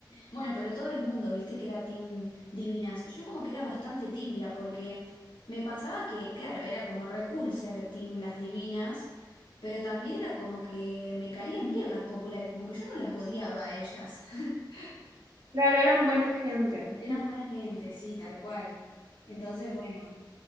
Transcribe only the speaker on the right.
Claro, eran buena gente.